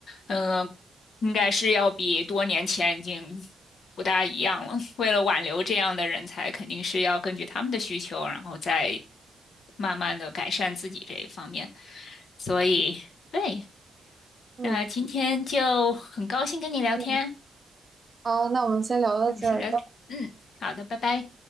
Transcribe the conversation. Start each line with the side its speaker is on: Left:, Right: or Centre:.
Left: 嗯、应该是要比多年前已经不大一样了。为了挽留这样的人才，肯定是要根据他们的需求，然后再慢慢的改善自己这一方面。所以，对，
Right: 嗯，
Left: 那今天就很高兴跟你聊天。
Right: 嗯啊，那我们先聊到这儿。
Left: 那我先聊这，嗯，好的，拜拜。